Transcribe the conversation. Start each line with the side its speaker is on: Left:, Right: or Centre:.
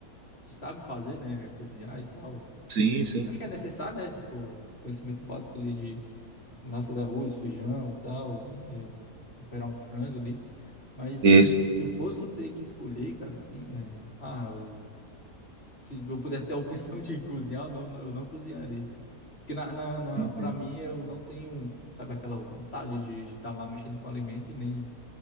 Left: que sabe fazer, né? Cozinhar e tal. Tipo,
Right: Sim, sim.
Left: acho que é necessário, né? Tipo, conhecimento básico ali de lá fazer arroz, feijão e tal, é, temperar um frango ali. Mas
Right: Isso.
Left: em- se eu fosse ter que escolher, cara, assim, é, ah, eu- se eu pudesse ter a opção de <laughs> cozinhar, eu não, eu não cozinharia, cara. Porque na, na, na,
Right: Uhum.
Left: pra mim, eu não tenho, sabe, aquela vontade de estar lá mexendo com alimento e nem